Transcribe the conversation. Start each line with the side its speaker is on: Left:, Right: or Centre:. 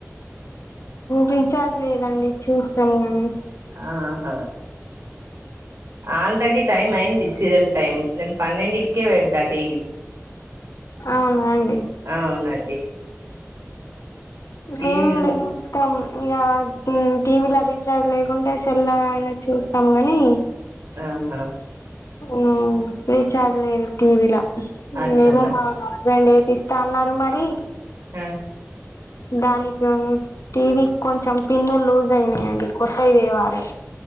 Left: రీచార్జ్ లేదండి చూస్తాం కానీ.
Right: ఆహా ఆల్రెడీ టైం అయింది సీరియల్ టైం, నేను పన్నెండింటికే పెడతా టీవీ.
Left: అవునా అండి.
Right: అవునండి. టీవీ
Left: మేం <inaudible>
Right: చూస్
Left: మొత్తం ఇగ టీవీ లా రీచార్జ్ లేకుంటే సెల్లా అయిన చూస్తం కని.
Right: ఆహా ఆ
Left: ఉ రిచార్జ్ లేదు టీవిలా.
Right: అట్లానా
Left: ఏమో మా హస్బెండ్ ఏపిస్తా అన్నరు మరి.
Right: ఆ
Left: దానికి టీవీ కొంచెం పిన్ను లూజ్ అయినయండి కొత్తయి తేవాలే.